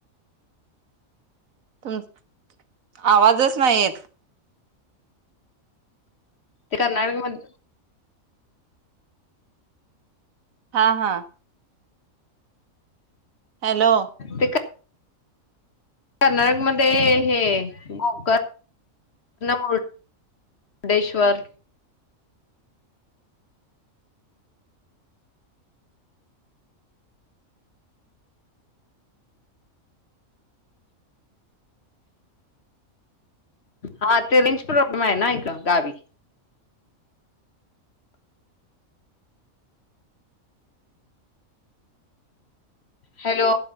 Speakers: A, on the right; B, on the left.
A: <unintelligible> आवाजच नाही येत
B: ते कर्नाटकम
A: हा हा हॅलो
B: ते कर्नाटक मध्ये हे गोकर्ण, मुर्डेश्वर हा ते रेंज प्रॉब्लेम आहे ना इथ गावी हॅलो